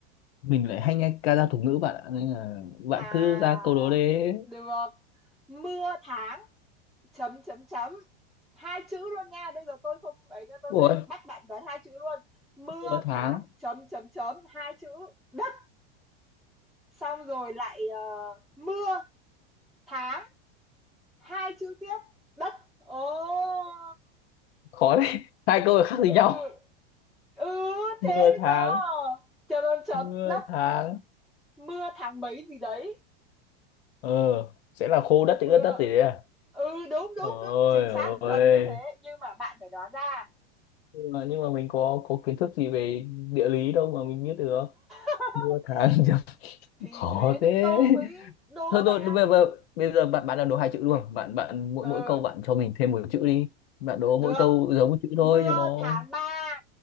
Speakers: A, on the left; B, in the centre.
A: mình lại hay nghe ca dao tục ngữ bạn ạ nên là bạn
B: à
A: cứ ra câu đố đấy
B: được mưa tháng chấm chấm chấm hai chữ luôn nha bây giờ tôi không ấy nha tôi
A: Ủa,
B: sẽ bắt bạn đoán hai chữ luôn mưa
A: nửa tháng
B: tháng chấm chấm chấm hai chữ đất xong rồi lại ờ, mưa tháng hai chữ tiếp đất ồ
A: khó đấy <laughs> hai câu khác gì
B: ừ
A: nhau
B: ừ
A: mưa
B: thế mới
A: tháng
B: có chấm chấm chấm
A: mưa
B: đất
A: tháng
B: mưa tháng mấy gì đấy
A: ờ sẽ là khô đất
B: mưa
A: thì ướt đất gì đấy à
B: ừ đúng đúng
A: ôi
B: đúng chính xác gần
A: ôi
B: như thế nhưng mà bạn phải đoán ra
A: nhưng mà, nhưng mà mình có có kiến thức gì về địa lý đâu mà mình biết được
B: <laughs>
A: mưa tháng <laughs> chấm
B: thì
A: khó
B: thế nên
A: thế
B: tôi mới đố
A: thôi
B: bạn
A: thôi bây giờ bây giờ bạn bạn đã đố hai chữ luôn bạn bạn mỗi
B: ừ
A: mỗi câu bạn cho mình thêm một chữ đi bạn đố
B: được
A: mỗi câu giống một chữ
B: mưa
A: thôi cho nó
B: tháng 3